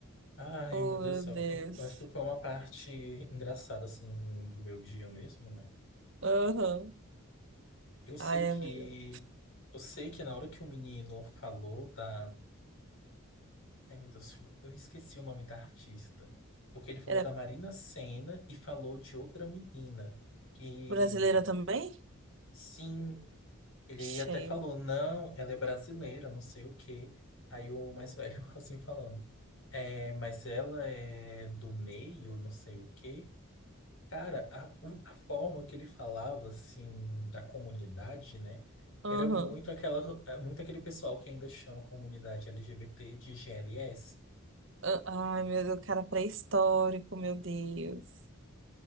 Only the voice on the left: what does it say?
Ai,
meu Deus
do céu,
foi- eu acho que foi uma parte engraçada, assim, do meu dia mesmo, né?
Eu sei
que,
eu sei que na hora que o menino falou da Ai, meu Deus, eu esqueci o nome da artista. Porque ele falou
da Marina Senna e falou de outra menina. E
sim, ele
até falou, não, ela é brasileira, não sei o quê. Aí o mais velho <laughs> assim falando. É, mas ela é do meio, não sei o quê. Cara, a, o- a forma que ele falava, assim, da comunidade, né?
Era muito aquela, é, muito aquele pessoal que ainda chama a comunidade LGBT de GLS.